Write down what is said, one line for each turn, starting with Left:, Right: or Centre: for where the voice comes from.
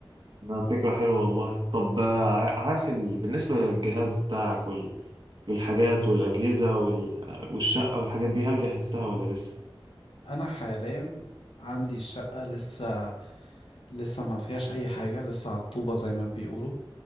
Right: ده فكره حلوه والله طب آه، ع- عارف ال... بالنسبه للجهاز بتاعك وال... والحاجات والاجهزه وال... والشقه والحاجات دي هل جهزتها ولا لسه
Left: انا حاليا عندي الشقة لسه لسه ما فيهاش اي حاجه لسه على الطوبه زي ما بيقولوا